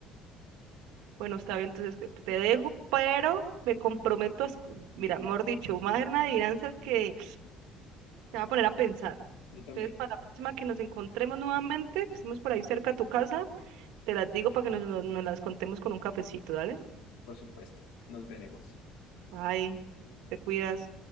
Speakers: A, on the right; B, on the left.
A: Bueno, está bien, entonces que- te dejo, pero me comprometo, a escu- mira, mejor dicho, una adivinanza es que te va a poner a pensar.
B: Yo también,
A: Entonces, para la próxima que nos encontremos nuevamente, que estemos por ahí cerca a tu casa, te las digo para que nos, nos, nos las contemos con un cafecito, ¿dale?
B: por supuesto. Nos veremos.
A: Ay, te cuidas.